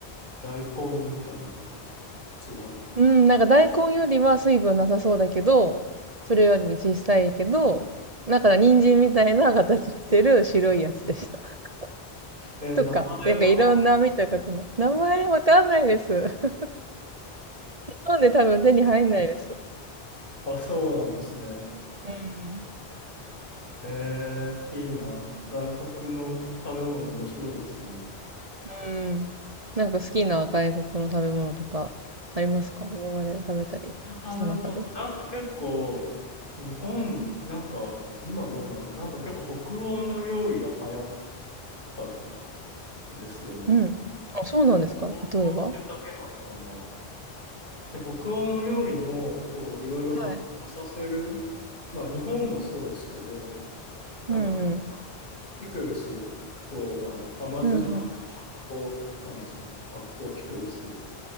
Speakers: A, on the left; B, on the right.
A: 大根みたいなことですか違うのか
B: うん、なんか大根よりは水分なさそうだけど、
A: なはい。
B: それより小さいけど、なんか人参みたいな形してる白いやつでした。<laughs>
A: えー名前は、
B: とか、なんかいろんな見たことの、名前わかんないです。<laughs> 日本で多分手に入んないです。
A: あ、そうなんですね。
B: うん。
A: えー、いいな。外国の食べ物面白いですよね。
B: うん。なんか好きな外国の食べ物とかありますか今まで食べたりした中で。
A: 食べ物、なんか結構、日本、なんか今どうなん、なんか結構北欧の料理が流行ったんですよね。
B: うん。
A: なんか
B: あ、そうなんですか例えば
A: 東京でだけなのかな。で、北欧の料理も、こう、いろいろ発酵させる。
B: はい。
A: まあ、日本もそうですけど、なんか、
B: うんうん。
A: ピクルスを、あの、甘酢じゃなくて発酵、
B: うんうん。
A: なんですかね。発酵ピクルス